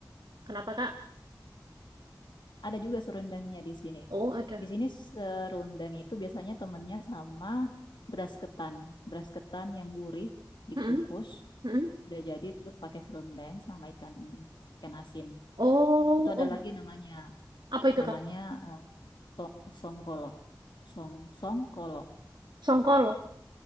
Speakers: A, on the right; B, on the left.
A: kenapa Kak?
B: Ada juga serundengnya di sini.
A: Oh ada.
B: Di sini serundeng itu biasanya temennya sama beras ketan. Beras ketan yang gurih dikukus
A: Mm-mm. Mm-mm.
B: udah jadi terus pakai serundeng sama ikan ikan asin.
A: Oh,
B: Itu ada
A: oh.
B: lagi namanya,
A: Apa itu
B: namanya
A: Kak?
B: eh, songkolo, song songkolo.
A: Songkol.